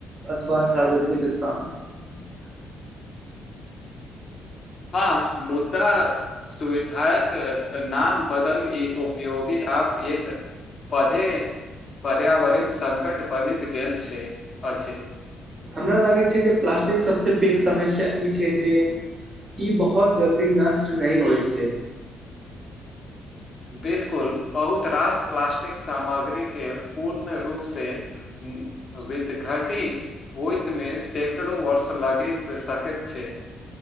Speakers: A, on the right; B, on the left.
A: अथवा सार्वजनिक स्थान <unintelligible>
B: हँ मुद्दा सुविधायक नाम बदल ई उपयोगी आप एक पधे पर्यावरण संकट बनित गेल छै अछि
A: हमरा लागै छै जे प्लास्टिक सबस पेघ समस्या ई छै जे ई बहुत जल्दी नष्ट नहि होइ छै
B: बिल्कुल बहुत रास प्लाासस्टिक सामग्री के पूर्ण रूप से विद घटी होइत मे सैकड़ो वर्ष लगी सकै छै